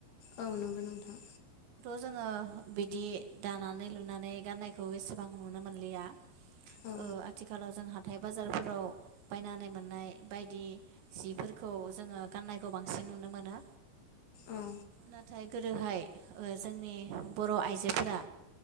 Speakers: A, on the left; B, on the right.
A: औ नंगौ नोंथां
B: जोङो बिदि दानानै लुनानै गाननायखौ एसेबां नुनो मोनलिया ओ
A: औ
B: आथिखालाव जोंहा हाथाय बाजारफोराव बायनानै मोननाय बायदि सिफोरखौ जोङो गाननायखौ बांसिन नुनो मोनो
A: औ
B: नाथाय गोदोहाय जोंनि बर आइजोफोरा